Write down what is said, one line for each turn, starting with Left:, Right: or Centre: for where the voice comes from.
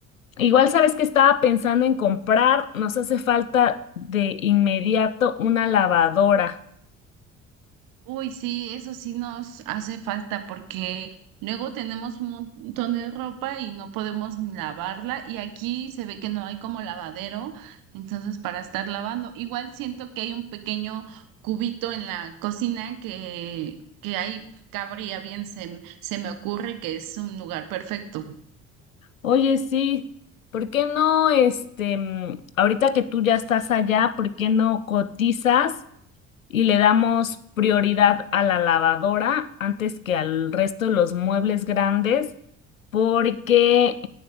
Left: Igual sabes que estaba pensando en comprar, nos hace falta de inmediato una lavadora.
Right: Uy, sí, eso sí nos hace falta porque luego tenemos un montón de ropa y no podemos ni lavarla y aquí se ve que no hay como lavadero, entonces para estar lavando. Igual siento que hay un pequeño cubito en la cocina que, que ahí cabría bien, se, se me ocurre que es un lugar perfecto.
Left: Oye, sí, ¿por qué no, este, mm, ahorita que tú ya estás allá, ¿por qué no cotizas? y le damos prioridad a la lavadora antes que al resto de los muebles grandes, porque,